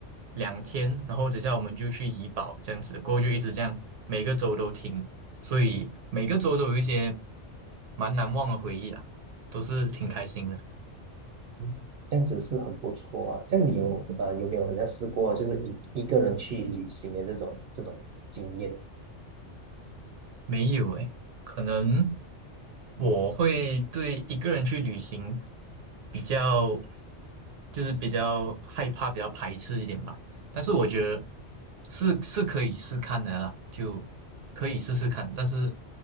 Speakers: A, on the right; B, on the right.
A: 两天，然后等下我们就去怡保这样子，过后就一直这样，每个州都停，所以每个州都有一些蛮难忘的回忆啊，都是挺开心的。
B: 嗯这样子是很不错啊。这样你有呃有没有好像试过就是一一个人去旅行的这种这种经验？
A: 没有诶，可能我会对一个人去旅行比较，就是比较害怕、比较排斥一点吧。但是我觉得是是可以试看的啦，就可以试试看。但是